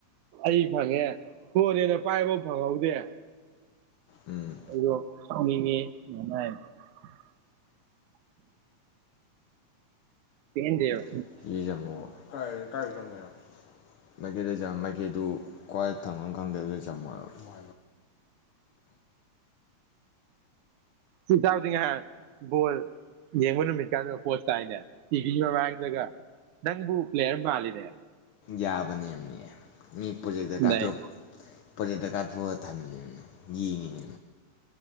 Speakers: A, on the right; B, on the left.
A: ꯑꯩ ꯐꯪꯉꯦ ꯐꯣꯟꯅꯦꯅ ꯄꯥꯏꯕ ꯐꯪꯍꯧꯗꯦ
B: ꯎꯝ
A: ꯑꯩꯗꯣ <unintelligible> ꯄꯦꯟꯗꯦꯕ
B: <unintelligible> <unintelligible> ꯑꯦꯗꯨ ꯀ꯭ꯋꯥꯏ ꯊꯪꯕ ꯈꯪꯗ꯭ꯔꯥꯗꯤ ꯆꯝꯃ ꯍꯥꯏꯕ
A: ꯁꯤ ꯆꯥꯎꯗꯤ ꯉꯥꯏꯍꯥꯛ ꯕꯣꯜ ꯌꯦꯡꯕ ꯅꯨꯃꯤꯠꯀꯥꯗꯣ ꯄꯣꯖ ꯇꯥꯏꯅꯦ ꯇꯤꯚꯤꯒꯤ ꯃꯃꯥꯡꯗꯒ ꯅꯪꯕꯨ ꯄ꯭ꯂꯦꯌꯔ ꯃꯥꯜꯂꯤꯅꯦ
B: ꯌꯥꯕꯅꯤ ꯃꯤ ꯄ꯭ꯔꯣꯖꯦꯛꯇ
A: ꯁꯤꯗꯩ
B: ꯀꯥꯞꯊꯣꯛ ꯄ꯭ꯔꯣꯖꯦꯛꯇ ꯀꯥꯞꯊꯣꯛꯑꯒ ꯊꯝꯃꯤꯅꯦ ꯌꯦꯡꯉꯤꯅꯦ